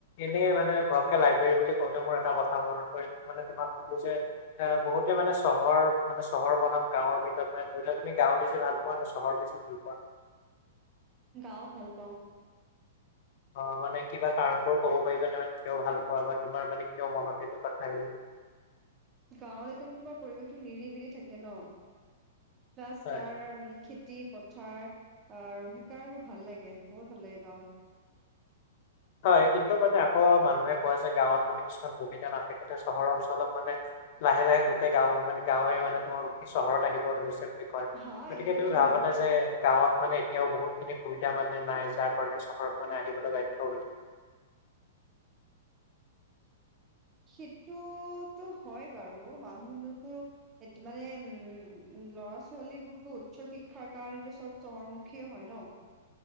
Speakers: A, on the left; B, on the right.
A: এনেই মানে ঘপকে লাইব্ৰেৰী বুলি কওঁতে মোৰ এটা কথা মনত পৰিল মানে তোমাক সোধোঁ যে এ, বহুতে মানে চহৰৰ মানে চহৰ বনাম গাঁৱৰ ভিতৰত মানে ধৰি লোৱা, তুমি গাওঁ বেছি ভাল পোৱা নে চহৰ বেছি ভাল পোৱা?
B: গাওঁ ভাল পাওঁ।
A: অ' মানে কিবা কাৰণবোৰো ক'ব পাৰিবানে মানে কিয় ভাল পোৱা বা তোমাৰ মানে কিয় মনত সেইটো কথা আহিল?
B: গাঁৱত একদম তোমাৰ পৰিৱেশটো নিৰিবিলি থাকে ন' প্লাছ
A: হয়
B: তাৰ খেত তি পথাৰ আ, সেইকাৰণে মোৰ ভাল লাগে, বহুত ভাল লাগে গাঁৱত।
A: হয় কিন্তু মানে আকৌ মানুহে কয় যে গাঁৱত মানে কিছুমান সুবিধা নাথাকে, তেতিয়া চহৰৰ অঞ্চলত মানে লাহে লাহে গোটেই গাঁও মানে গাঁৱে মানে তোমাৰ চহৰত আহিব ধৰিছে বুলি কয়।
B: হা
A: গতিকে
B: এইটো কথা
A: তুমি ভাবানে
B: হয়
A: যে গাঁৱত মানে এতিয়াও বহুতখিনি সুবিধা মানে নাই যাৰ কাৰণে চহৰত মানে আহিবলৈ বাধ্য হয়?
B: সেইটোতো হয় বাৰু মানুহ <unintelligible> মানে উম, ল'ৰা ছোৱালীবোৰতো উচ্চ শিক্ষাৰ কাৰণেতো চব চহৰমুখীয়ে হয় ন'।